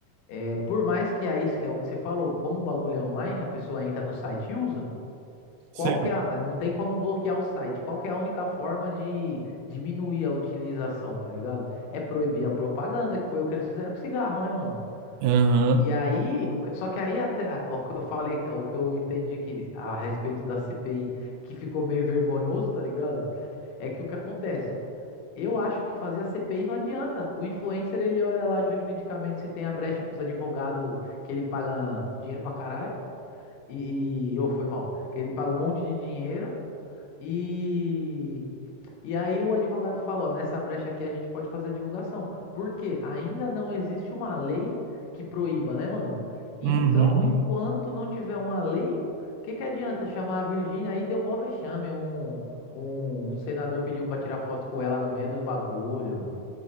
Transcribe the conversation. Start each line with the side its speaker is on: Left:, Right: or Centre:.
Left: É, por mais que aí é o que você falou, como o bagulho é online, a pessoa entra no site e usa.
Right: Sei.
Left: Qual que é a, não tem como bloquear o site. Qual que é a única forma de diminuir a utilização, tá ligado? É proibir a propaganda, que foi o que eles fizeram com o cigarro, né, mano?
Right: Aham.
Left: E aí, o que- só que aí até o que eu falei, o que eu entendi que a respeito da CPI, que ficou meio vergonhoso, tá ligado? É que o que acontece? Eu acho que fazer a CPI não adianta. O influencer, ele olha lá juridicamente se tem a brecha com os advogados que ele paga dinheiro pra caralho e, e ou foi mal, que ele paga um monte de dinheiro. E, e aí o advogado falou, nessa brecha aqui a gente pode fazer a divulgação. Por quê? Ainda não existe uma lei que proíba, né, mano? Então,
Right: Uhum.
Left: enquanto não tiver uma lei, o que que adianta chamar a Virgínia? Aí deu mó vexame, um, um, um senador pediu pra tirar foto com ela no meio do bagulho.